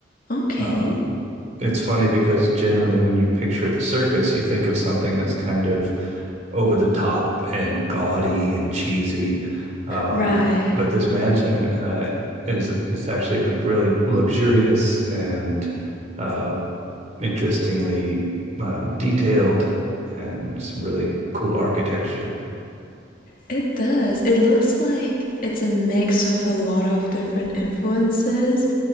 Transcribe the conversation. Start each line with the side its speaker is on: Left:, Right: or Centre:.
Left: okay.
Right: Um, it's funny because generally when you picture the circus, you think of something that's kind of over the top and gaudy and cheesy. Um,
Left: Right.
Right: but this mansion uh, is is actually like really luxurious and uh, interestingly um, detailed and some really cool architecture.
Left: It does. It looks like it's a mix of a lot of different influences